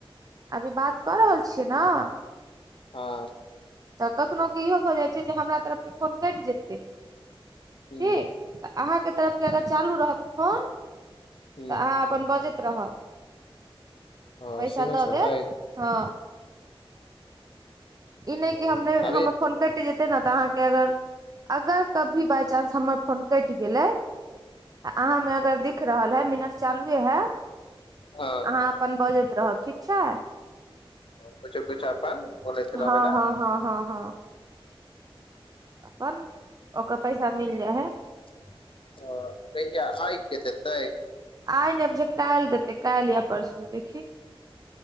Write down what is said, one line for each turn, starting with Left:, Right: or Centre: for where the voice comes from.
Right: अभी बात कऽ रहल छियै न?
Left: हँ।
Right: तऽ कखनो क इहो भऽ जाइ छै, जे हमरा तरफ के फोन कैइट जेतै
Left: ह
Right: ठीक? तऽ अहाँके तरफ के अगर चालू रहत फोन तऽ
Left: ह
Right: अहाँ अपन बजैत रहब,
Left: ह
Right: पैसा
Left: सेहो
Right: दऽ
Left: सब
Right: देत,
Left: है
Right: हँ। ई नैय
Left: ओ
Right: कि हम नैय,
Left: अभी
Right: हम अप फोन कैइट जेतै ने तऽ, अहाँके अगर, अगर कभी बाइचान्स हमर फोन कैइट गेलै आ अहाँ में अगर दिख रहल है, मिनट चालुए है,
Left: हँ
Right: अहाँ अ अपन बजैत रहब, ठीक छै?
Left: ओ कुछो कुछो अपन बोलैत
Right: हँ-हँ-हँ-हँ-हँ।
Left: रहबै ने
Right: अपन ओकर पैसा मिल जाइ हैइ।
Left: अऽ कहिया? आइ के देतै?
Right: आइ नैय बुझैऽय काइल देतै, काइल या परसू देखी